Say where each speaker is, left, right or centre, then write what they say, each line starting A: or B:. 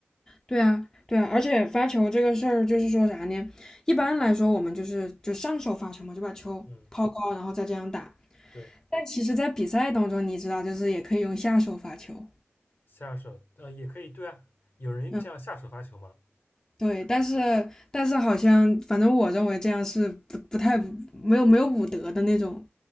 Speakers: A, on the left; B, on the left.
A: 对啊，对啊，而且发球这个事儿就是说啥呢？一般来说我们就是就上手发球嘛，就把球抛高，
B: 嗯，
A: 然后再这样打。
B: 对，
A: 但其实，在比赛当中，你知道，就是也可以用下手发球。
B: 下手呃也可以，对啊，有人这样下手发球吗？
A: 嗯。对，但是但是好像，反正我认为这样是不不太没有没有武德的那种，